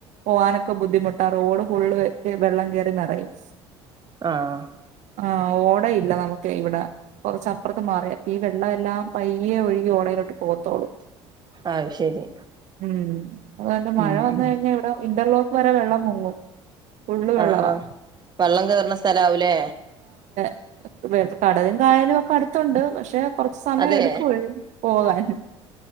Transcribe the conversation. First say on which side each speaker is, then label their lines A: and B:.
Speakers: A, on the right (about 55°); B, on the right (about 30°).
A: പോവാനൊക്കെ ബുദ്ധിമുട്ടാ റോഡ് ഫുള്ള് വെള്ളം കേറി നെറയും
B: ആഹ്
A: ആ ഓടയില്ല നമുക്ക് ഇവിടെ കൊറച്ചപ്പറത്ത് മാറിയ അപ്പൊ ഈ വെള്ളം എല്ലാം പയ്യെ ഒഴുകി ഓടയിലോട്ട് പോകത്തൊള്ളൂ
B: അത് ശരി
A: ഉം അതുകൊണ്ട് മഴ
B: ഉം
A: വന്നു
B: ഉം
A: കഴിഞ്ഞാ ഇവിടം ഇന്റർലോക്ക് വരെ വെള്ളം മുങ്ങും ഫുള്ള് വെള്ളവാ
B: ആഹ് ആഹ് വള്ളം കേറുന്ന സ്ഥലാവുല്ലേ
A: <inaudible> വെ കടലും കായലും ഒക്കെ അടു ക്കണ്ട് പക്ഷെ കൊറച്ച് സമയം
B: അതെ
A: എടുക്കു പോകാൻ